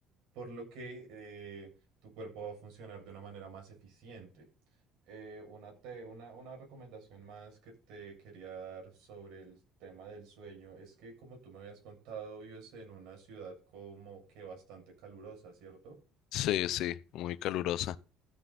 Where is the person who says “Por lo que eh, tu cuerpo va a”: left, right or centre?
Right